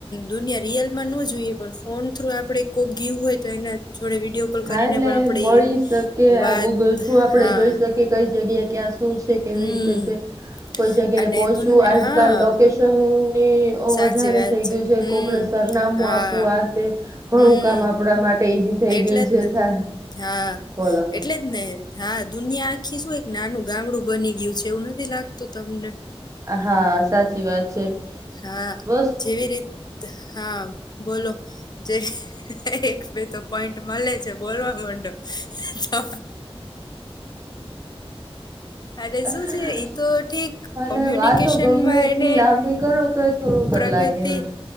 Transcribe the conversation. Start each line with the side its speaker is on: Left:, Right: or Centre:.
Left: દુનિયા રિયલમાં નો જોઈએ પણ ફોન થ્રુ આપડે કોક ગ્યુ હોય તો એના જોડે વિડીયો કોલ
Right: હા
Left: કરીને
Right: એટલે
Left: પણ આપડી
Right: મળી શકે
Left: વાત
Right: આ ગૂગલ થ્રુ આપડે
Left: હા
Right: જોઈ શકીએ કઈ જગ્યાએ ક્યાં શું છે? કેવી
Left: હમ
Right: રીતે છે? કોઈ જગ્યાએ
Left: અને
Right: પોહોંચવું
Left: દુન
Right: આજકાલ
Left: હા
Right: લોકેશનની ઓ
Left: સાચી
Right: વધારે
Left: વાત
Right: થઈ ગ્યું છે.
Left: હમ
Right: કોકને સ્ સરનામું
Left: હા
Right: આપવું આ તે ઘણું
Left: હમ
Right: કામ આપણા માટે ઈઝી થઈ
Left: એટલે
Right: ગ્યું છે. સા
Left: હા
Right: બોલો
Left: એટલે જ ને. હા દુનિયા આખી શું એક નાનું ગામડું બની ગ્યું છે એવું નથી લાગતું તમને?
Right: હા સાચી વાત છે.
Left: હા.
Right: બસ
Left: જેવી રીત્ત હા બોલો જેવી એક બે તો પોઈન્ટ મલે છે. બોલવા માંડો. તો અને
Right: હ <unintelligible>
Left: શું છે ઈ ઠીક
Right: હલો
Left: કોમ્યુનિકેશનમાં
Right: વાતો ગમે એટલી
Left: એને
Right: લાંબી કરો તોય થોડુંક
Left: પ્રગતિ.
Right: જ લાગે એમ